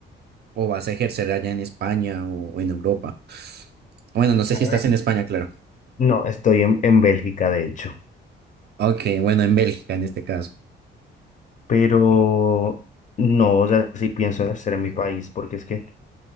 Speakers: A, on the right (about 55°); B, on the left (about 40°).
A: o vas a ejercer allá en España o, o en Europa. Bueno, no
B: ¿sabes?
A: sé si estás en España, claro.
B: No, estoy en, en Bélgica, de hecho,
A: Ok, bueno, en Bélgica en este caso.
B: pero no, o sea, sí pienso ejercer en mi país, porque es que...